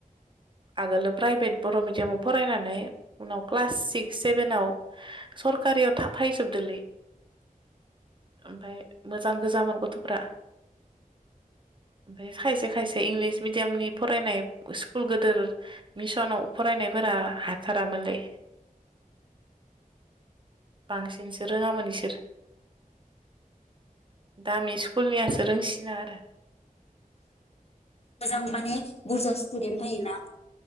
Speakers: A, on the right; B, on the left.
A: आगोलो प्राइभेट बर' मिडियामाव फरायनानै उनाव क्लास सिक्स सेभेनाव सरकारियाव थाफायजोबदोलै। ओमफाय मोजां गोजामोन गथ'फ्रा ओमफाय खायसे खायसे इंलिस मिडियामनि फरायनाय स्कुल गोदोर मिसनाव फरायनायफोरा हाथारामोनलै। बांसिनसो रोङामोन इसोरो। दामि स्कुलनियासो रोंसिना आरो।
B: मोजां माने बुरजा स्टुडेन्ट थायोना।